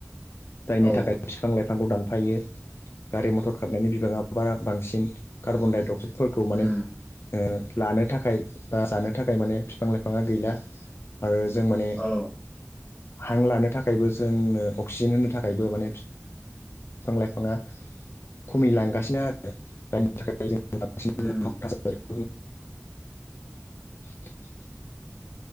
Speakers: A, on the left; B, on the left.
A: जायनि
B: औ
A: थाखाय फिफां लाइफांखौ दानफायो गारि मटर खारनायनि बिबाङा बा बांसिन कार्बन डाइ अक्साइड फोरखौ माने
B: उम
A: ओ लानो थाखाय बा जानो थाखाय माने बिफां लाइफाङा गैला आरो जों माने
B: औ
A: हां लानो थाखायबो जोंनो अक्सिजेन होनो थाखायबो माने बिफां लाइफाङा खमिलांगासिनो आरो जायनि थाखाय जों बांसिन
B: उम
A: थासारि <unintelligible>